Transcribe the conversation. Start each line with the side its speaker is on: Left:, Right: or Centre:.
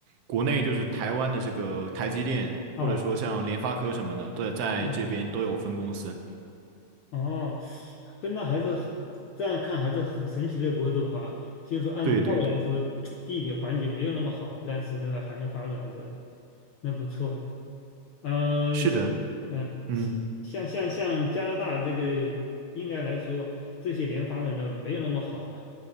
Right: 国内就是台湾的这个台积电，
Left: 哦，
Right: 或者说像联发科什么的，都在这边都有分公司。
Left: 哦，哦，真的还是很，这样看还是很神奇的国度哈。就是说按道理来说，
Right: 对对对，
Left: 地理环境没有那么好，但是呢还能发展的，那不错的。嗯、
Right: 是的，
Left: 呃，
Right: 嗯
Left: 像像像像加拿大这个，应该来说这些年发展的没有那么好嘛，